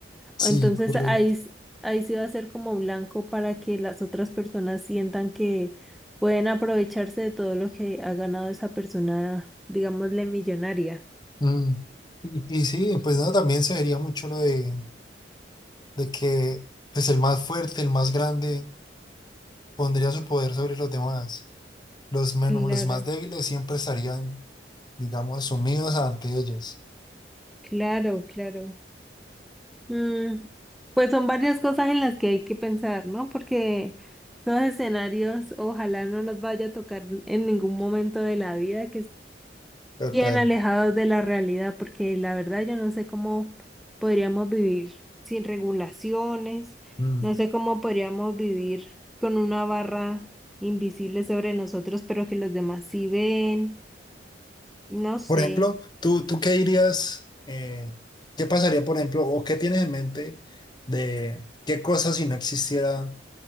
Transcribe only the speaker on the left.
Sí,
correcto.
Mm. Y, y sí, pues no, también se vería mucho lo de, de que pues el más fuerte, el más grande, pondría su poder sobre los demás. Los menos,
los más débiles siempre estarían digamos, asumidos ante ellos.
Total.
Mm.
Por ejemplo, ¿tú, tú qué dirías, eh, qué pasaría, por ejemplo, o qué tienes en mente de qué cosas si no existieran,